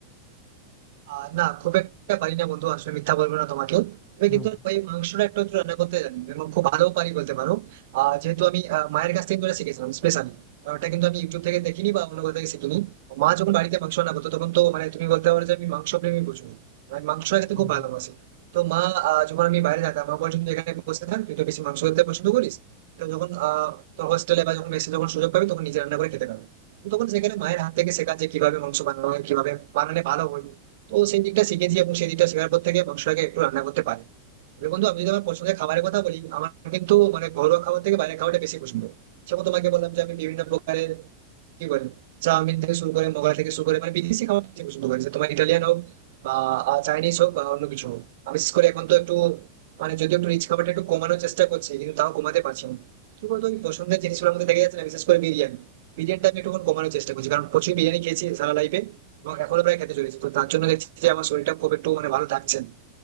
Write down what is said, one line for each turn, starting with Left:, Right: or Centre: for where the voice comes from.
Right: আহ না খুব একটা পারি না বন্ধু আসলে মিথ্যা বলবো না তোমাকে তবে
Left: হুম,
Right: কিন্তু ওই মাংসটা একটু একটু রান্না করতে জানি এবং খুব ভালো পারি বলতে পারো আহ যেহেতু আমি আহ, মায়ের কাছ থেকে করে শিখেছিলাম স্পেশালি কারণ ওটা কিন্তু আমি ইউটিউব থেকে দেখিনি বা অন্য কোথাও থেকে শিখিনি মা যখন বাড়িতে মাংস রান্না করতো তখন তো মানে তুমি বলতে পারো যে আমি মাংস প্রেমী প্রচুর মানে আমি মাংস খেতে
Left: হুম,
Right: খুব ভালোবাসি
Left: হুম।
Right: তো মা আহ, যখন আমি বাইরে যেতাম মা বলছিল "তুই এখানে বসে থাক তুই তো বেশি মাংস খেতে পছন্দ করিস তো যখন আহ তোর হোস্টেলে বা যখন মেসে যখন সুযোগ পাবি তখন নিজে রান্না করে খেতে পারবি তো তখন সেখানে মায়ের হাত থেকে শেখা যে কিভাবে মাংস বানানো হয় কিভাবে বানালে ভালো হয় তো সেই দিকটা শিখেছি এবং সেই দিকটা শেখার পর থেকে মাংসটাকে একটু রান্না করতে পারি তবে বন্ধু আমি যদি আমার পছন্দের খাবারের কথা বলি আমার কিন্তু মানে ঘরোয়া খাবার থেকে বাইরের খাবারটা বেশি পছন্দ সেরকম তোমাকে বললাম যে আমি বিভিন্ন প্রকারের কি বলে চাউমিন থেকে শুরু করে মোগলাই থেকে শুরু করে মানে বিদেশি খাবার বেশি পছন্দ করি সে তোমার ইটালিয়ান হোক বা চাইনিজ হোক বা অন্য কিছু হোক আমি বিশেষ করে এখন তো একটু মানে যদি একটু রিচ খাবারটা একটু কমানোর চেষ্টা করছি কিন্তু তাও কমাতে পারছি না কি বলতো ওই পছন্দের জিনিসগুলোর মধ্যে দেখা যাচ্ছে না বিশেষ করে বিরিয়ানি বিরিয়ানিটা আমি একটু কমানোর চেষ্টা করছি কারণ প্রচুর বিরিয়ানি খেয়েছি সারা লাইফে এবং এখনো প্রায় খেতে চলেছি তো তার জন্য দেখছি যে আমার শরীরটা খুব একটু মানে ভালো থাকছে না।